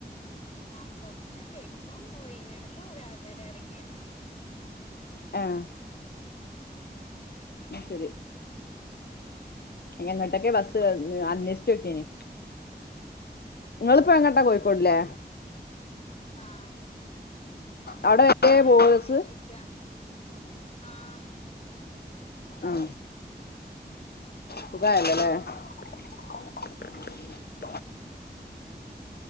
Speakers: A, on the left (about 40°); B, on the left (about 70°).
A: ആഹ് കൊർച്ചൊക്കെ ഇപ്പം ഒയ്ഞ്ണ്. പ്പ കൊറേ ആൾക്കാരെറങ്ങിണ്.
B: ഏഹ് അത് ശരി എങ്ങട്ടൊക്കെ ബസ്സ് അന്വേഷ്ച്ചോക്കേനി ങ്ങള്പ്പെങ്ങട്ടാ കോഴിക്കോട്ല്ലേ
A: ആഹ്
B: അവിടെ വരെ
A: ആരോട
B: പോവോ
A: അന്വേഷിക്ക
B: ബസ്
A: ആഹ്‌
B: ആഹ് ഉം സുഖായല്ല ലേ <unintelligible>